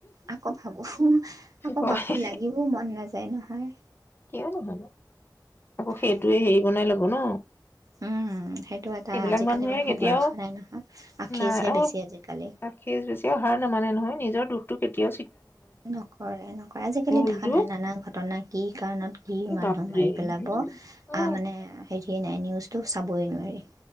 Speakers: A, on the right; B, on the left.
A: আকৌ ভাবো সু- আকৌ
B: হয়
A: ভাবো লাগিবও মন নাযায় নহয়।
B: কিয় নহয় ন, আকৌ
A: হয়
B: সেইটয়ে হেৰি বনাই লব ন?
A: উম, সেইটো এটা
B: এইবিলাক
A: আজিকালি
B: মানুহে
A: মানুহৰ
B: কেতিয়াও
A: ভৰসা নাই নহয় আখেজহে
B: নাই আৰু
A: বেছি আজিকালি
B: খেজ বেছি হাৰ নামানে নহয়। নিজৰ দুখ তটো কেতিয়া
A: নকৰে-নকৰে আজিকালি
B: ভুলটো
A: দেখা নাই-নানা ঘটনা কি কাম? ত কি
B: এই
A: মানুহ
B: বাপৰে
A: মাৰি পেলাব আহ
B: অ
A: মানে স সয়ে নাই নিউজটো চাবই নোৱাৰি।